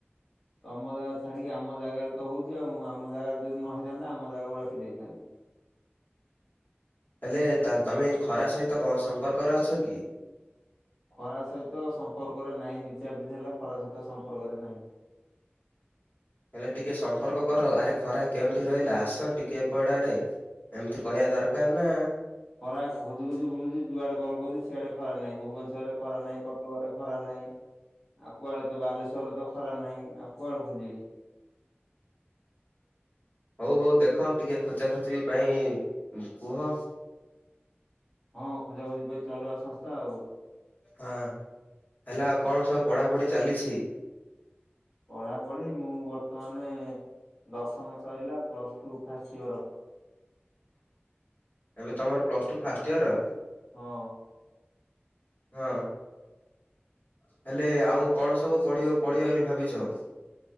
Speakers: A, in the centre; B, on the left.
A: ତମ ଜାଗା ଛାଡିକି ଆମ ଜାଗାରେ ତ ହୋଉଚି ଆଉ, ମୁଁ ଆମ ଜାଗାରେ ଯଦି ନ ହେଇଥାନ୍ତା ଆମ ଜାଗାକୁ ରଖି ଦେଇଥାନ୍ତି।
B: ହେଲେ ତାଲ୍ ତମେ ଖରା ସହିତ କଁ ସମ୍ପର୍କରେ ଅଛ କି?
A: ଖରା ସହିତ ସମ୍ପର୍କରେ ନାହିଁ ଦି ଚାରି ଦିନ ହେଲା ଖରା ସହିତ ସମ୍ପର୍କରେ ନାହିଁ।
B: ହେଲେ ଟିକେ ସମ୍ପର୍କ କର, ଆରେ ଖରା କେଉଁଠି ରହିଲା ଆସ ଟିକେ ଏପଡ ଆଡ଼େ। ଏମିତି କହିବା ଦରକାର ନା।
A: ଖରା ଖୋଜି ଖୋଜି ବୁଲୁଚି ଯୁଆଡେ କଲ କରୁଚି ସିଆଡେ ଖରା ନାହିଁ, ଭୁବନେଶ୍ୱରରେ ଖରା ନାହିଁ, କଟକରେ ଖରା ନାହିଁ। ଆଉ କୁଆଡେ ତ ବାଲେଶ୍ଵରରେ ତ ଖରା ନାହିଁ, ଆଉ କୁଆଡୁ ଖୋଜିବି।
B: ହୋଉ ହୋଉ ଦେଖ ଟିକେ ଖୋଜା ଖୋଜି ପାଇଁ କୁହ।
A: ହଁ ଖୋଜାଖୋଜି ପାଇଁ ଚଲବା ସଂସ୍ଥା ଆଉ।
B: ହଁ ହେଲା ଆଉ କଣ ସବୁ ପଢାପଢି ଚାଲିଛି?
A: ପଢା ପଢି ମୁଁ ବର୍ତ୍ତମାନେ ଦଶମ ସଇଲା ପ୍ଲସ ଟୁ ଫାଷ୍ଟ ଇୟର।
B: ଏବେ ତମର ପ୍ଲସ ଟୁ ଫାଷ୍ଟ ଇୟର?
A: ହଁ।
B: ହଁ ହେଲେ ଆଉ କଣ ସବୁ ପଢିବ ପଢିବ ବୋଲି ଭାବିଛ?